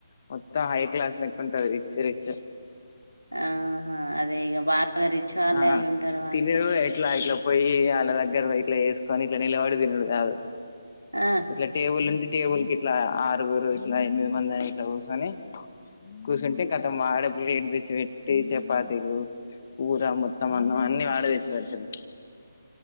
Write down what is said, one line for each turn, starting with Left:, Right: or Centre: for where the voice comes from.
Left: మొత్త హై క్లాస్ లెక్క ఉంటది రిచ్ రిచ్
Right: ఆహా అదే ఈ బాగా రిచ్ వాళ్ళే
Left: ఆ
Right: అయి ఉంటారు వాళ్ళు
Left: తినేది
Right: ఇగ
Left: కూడా ఎట్లా ఎట్లా పోయి వాళ్ళ దగ్గర పోయ్ ఇట్లా వేసుకొని ఇట్లా నిలబడి తినుడు కాదు
Right: ఆ
Left: ఇట్లా టేబుల్ ఉండి టేబుల్ కి ఇట్లా ఆరుగురు ఇట్లా ఎనిమిది మంది అని ఇట్ల కూసోని కూర్చుంటే కతం వాడే ప్లేట్ తెచ్చి పెట్టి చపాతీలు కూర మొత్తం అన్నం అన్నీ వాడే తెచ్చి పెడతడు